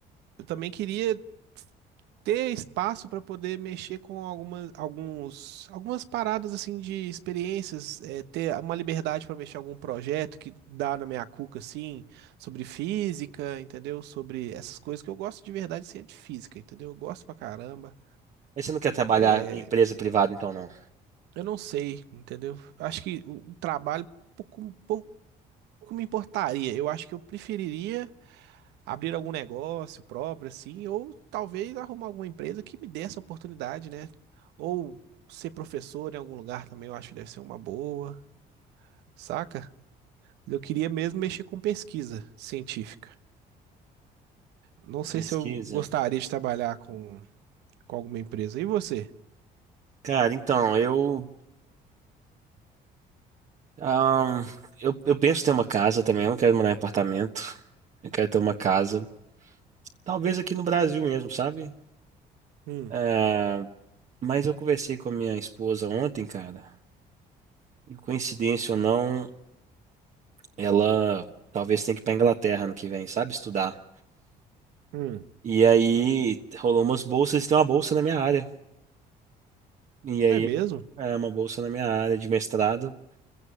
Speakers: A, on the right; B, on the right.
A: eu também queria ter espaço para poder mexer com algumas, alguns, algumas paradas assim de experiências, é, ter uma liberdade para mexer em algum projeto que dá na minha cuca assim, sobre física, entendeu? Sobre essas coisas que eu gosto de verdade assim, é de física, entendeu? Eu gosto pra caramba.
B: Mas você não quer trabalhar
A: É,
B: em empresa privada, então, não?
A: eu não sei, entendeu? Acho que o o trabalho pouco, pouco me importaria. Eu acho que eu preferiria abrir algum negócio próprio, assim, ou talvez arrumar alguma empresa que me dê essa oportunidade, né? Ou ser professor em algum lugar também, eu acho que deve ser uma boa, saca? Eu queria mesmo mexer com pesquisa científica. Não sei
B: Pesquisa.
A: se eu gostaria de trabalhar com, com alguma empresa. E você?
B: Cara, então, eu Ahn, eu, eu penso em ter uma casa também, eu não quero morar em apartamento. Eu quero ter uma casa. Talvez aqui no Brasil mesmo, sabe?
A: Hum,
B: Ah, mas eu conversei com a minha esposa ontem, cara. E coincidência ou não, ela talvez tenha que ir pra Inglaterra ano que vem, sabe? Estudar.
A: hum.
B: E aí rolou umas bolsas, e tem uma bolsa na minha área. E aí
A: É mesmo?
B: é uma bolsa na minha área de mestrado.